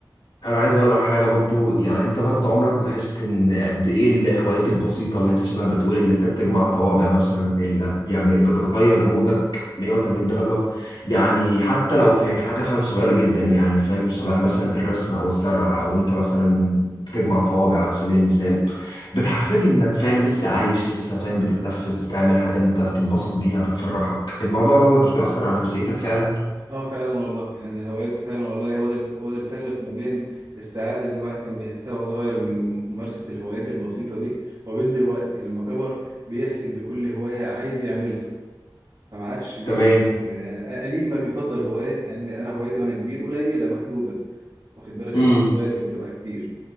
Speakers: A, on the left (about 80°); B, on the right (about 65°).
A: انا عايز اقول لك حاجه برضو يعني انت برضو عمرك لاحظت ان قد ايه الهوايات البسيطه اللي انت شبه بتقول اللي انت بتجمع طوابع مثلا اللي يعني بتغير مودك 180 درجه يعني حتى لو كانت حاجه فاهم صغيره جدا يعني فاهم شبه مثلا الرسم او الزرع او انت مثلا بتجمع طوابع على سبيل المثال بتحسسك انك فاهم لسه عايش لسه فاهم بتتنفس بتعمل حاجه انت بتنبسط بيها بتفرحك الموضوع دوت مش بيأثر على نفسيتك فعلا
B: اه فعلا والله يعني الهوايات فعلا والله هو ده الف- هو ده الفارق ما بين السعاده اللي الواحد كان بيحسها وهو صغير من مم- ممارسه الهوايات البسيطه دي وبين دلوقتي لما كبر بيحسب لكل هوايه عايز يعملها فما عادش بي...
A: تمام
B: يعني قليل ما بيفضل هوايه يعني انا هوايتي وانا كبير قليله محدوده واخد بالك غير
A: امم
B: وانا صغير كانت بتبقى كتير